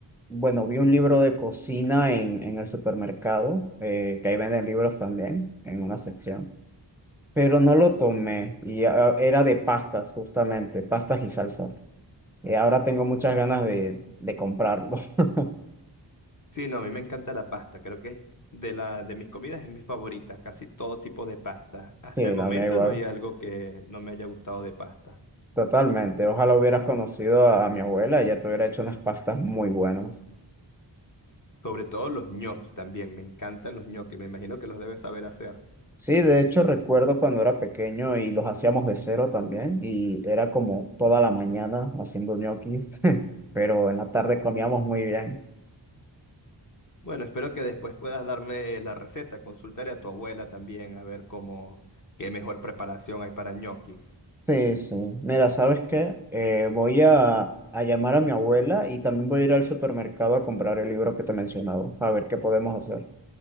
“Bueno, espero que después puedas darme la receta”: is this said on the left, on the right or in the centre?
Left